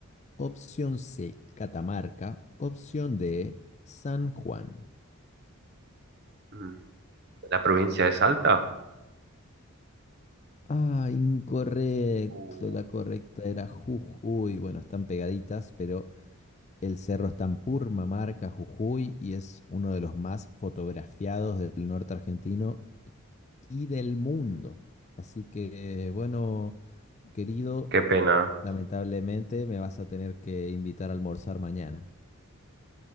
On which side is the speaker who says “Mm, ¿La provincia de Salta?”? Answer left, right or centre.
Right